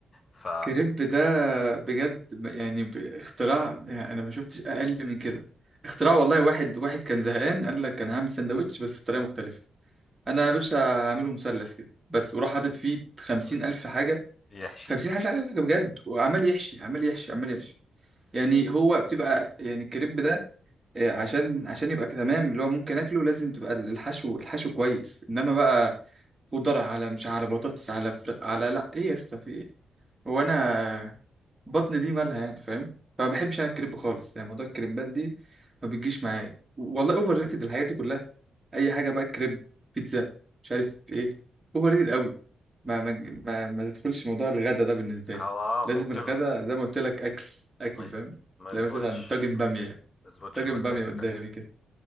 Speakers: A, on the left; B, on the right.
A: ف
B: كريب ده بجد ب- يعني ب- اختراع يعني انا ما شفتش اقل من كده اختراع والله واحد واحد كان زهقان قال لك انا هعمل سندوتش بس بطريقه مختلفه انا يا باشا هعمله مثلث كده بس وراح حاطط فيه خمسين
A: <laughs>
B: الف حاجه
A: يحشي
B: خمسين الف حاجه بجد وعمال يحشي عمال يحشي عمال يحشي يعني هو بتبقى يعني الكريب ده آه، عشان عشان يبقى تمام اللي هو ممكن اكله لازم تبقى الحشو الحشو كويس انما بقى خضار على مش على بطاطس على فر... على لا ايه يا اسطى في إيه؟ وانا بطن دي مالها يعني فاهم فما بحبش انا الكريب خالص يعني موضوع الكريبات دي ما بتجيش معايا والله اوفر ريتد الحاجات دي كلها اي حاجه بقى كريب بيتزا مش عارف ايه اوفر ريتد قوي ما ما ما, ما تدخلش موضوع الغدا ده بالنسبه
A: هو
B: لي
A: اه
B: لازم
A: ممكن
B: الغدا زي ما قلت لك اكل اكل
A: ما ي-
B: فاهم
A: ما
B: تلاقي
A: يظبطش
B: مثلا طاجن
A: ما
B: باميه
A: يظبطش
B: طاجن
A: المزاج
B: باميه قدامي كده